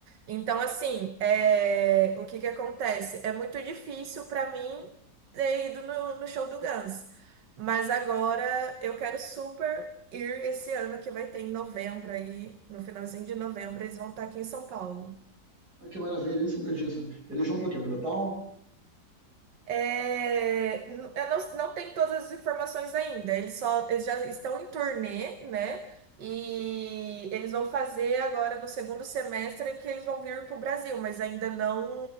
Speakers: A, on the right; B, on the right.
A: Então assim, é, o que que acontece? É muito difícil pra mim ter ido no, no show do Guns, mas agora eu quero super ir esse ano que vai ter em novembro aí, no finalzinho de novembro, eles vão estar aqui em São Paulo.
B: Ah, que maravilha, nem sabia disso. Eles vão pra quê? Pro Town?
A: É, n- eu não, não tenho todas as informações ainda. Eles só, eles já estão em turnê, né? E eles vão fazer agora no segundo semestre que eles vão vir para o Brasil, mas ainda não,